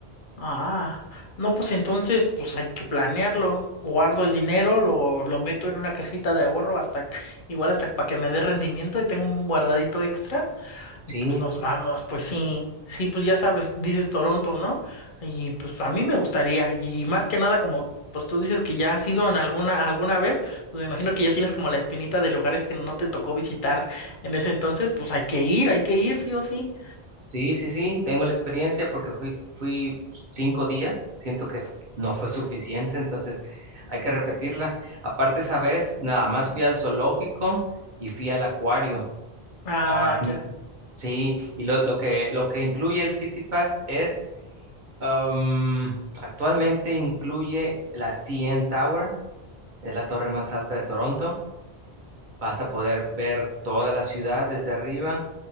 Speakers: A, on the left (about 60°); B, on the right (about 50°).
A: Ah, no, pues entonces, pues hay que planearlo. Guardo el dinero, lo, lo meto en una cajita de ahorro hasta, que- igual hasta para que me dé rendimiento y tengo un guardadito extra y
B: Sí,
A: pues nos vamos, pues sí, sí, pues ya sabes, dices Toronto, ¿no? Y pues a mí me gustaría y más que nada como, pues tú dices que ya has ido en alguna, alguna vez, pues me imagino que ya tienes como la espinita de lugares que no te tocó visitar en ese entonces, pues hay que ir, hay que ir sí o sí.
B: Sí, sí, sí, tengo la experiencia porque fui, fui cinco días, siento que f- no fue suficiente, entonces hay que repetirla. Aparte, esa vez nada más fui al zoológico y fui al acuario.
A: Ah,
B: Ah, mm,
A: ya.
B: sí, y lo, lo que, lo que incluye el City Pass es, am, actualmente incluye la CN Tower, es la torre más alta de Toronto. Vas a poder ver toda la ciudad desde arriba.